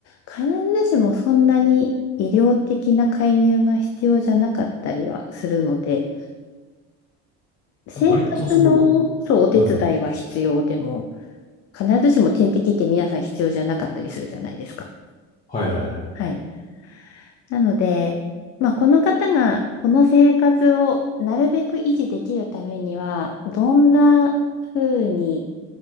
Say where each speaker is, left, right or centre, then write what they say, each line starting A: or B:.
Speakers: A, on the left (about 55°); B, on the left (about 25°).
A: 必ずしもそんなに医療的な介入が必要じゃなかったりはするので、生活の、
B: あ割とその、
A: そう、お手伝いは必要でも、
B: はいはい。
A: 必ずしも点滴って皆さん必要じゃなかったりするじゃないですか。
B: はいはいはい。
A: はい。なので、まあ、この方がこの生活をなるべく維持できるためには、どんな風に、